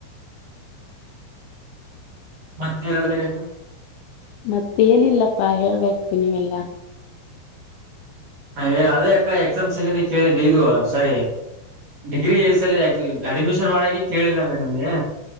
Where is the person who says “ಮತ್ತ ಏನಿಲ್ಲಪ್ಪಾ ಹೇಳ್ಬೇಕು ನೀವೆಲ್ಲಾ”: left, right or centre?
Left